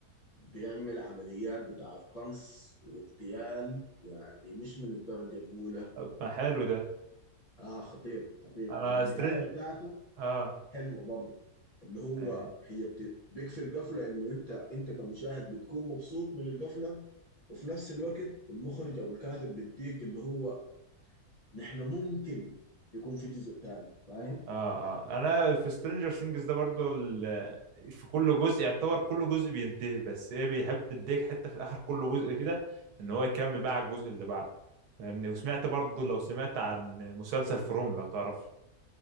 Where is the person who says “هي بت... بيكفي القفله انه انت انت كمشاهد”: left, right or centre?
Left